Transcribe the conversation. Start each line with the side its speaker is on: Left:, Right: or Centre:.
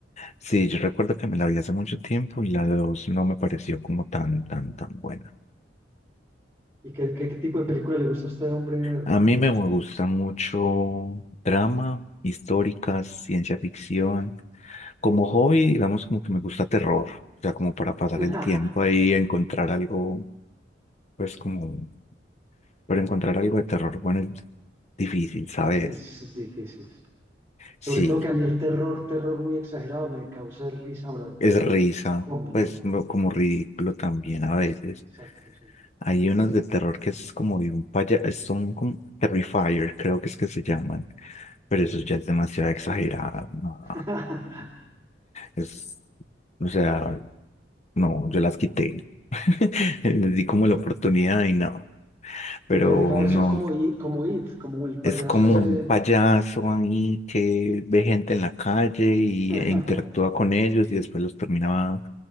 Left: Sí, yo recuerdo que me la vi hace mucho tiempo y la dos no me pareció como tan, tan, tan buena.
Right: ¿Y qué, qué- qué tipo de película le gusta a usted, hombre, Hernando?
Left: A mí
Right: y
Left: me
Right: eso?
Left: gusta mucho drama, históricas, ciencia ficción. Como hobby, digamos como que me gusta terror, o sea, como para pasar
Right: <laughs>
Left: el tiempo ahí, encontrar algo, pues como, pero encontrar algo de terror, bueno, es difícil, ¿sabes?
Right: es difícil. Sobre
Left: Sí,
Right: todo que a mí el terror, terror muy exagerado me causa risa, pero me parece
Left: es risa,
Right: que es cómico.
Left: pues no- como ridículo también a veces.
Right: Exacto, sí.
Left: Hay unas de terror que es como de un paya, son como Terrifier, creo que es que se llaman, pero eso ya es demasiado exagerado, no,
Right: <laughs>
Left: es, o sea, no, yo las quité, <laughs> les di como la oportunidad y no,
Right: Y
Left: pero
Right: Terrifier
Left: no,
Right: son como It, como It, como el payaso
Left: es como
Right: ese.
Left: un
Right: de-
Left: payaso ahí que ve gente en la calle y,
Right: <laughs>
Left: e interactúa con ellos y después los terminaba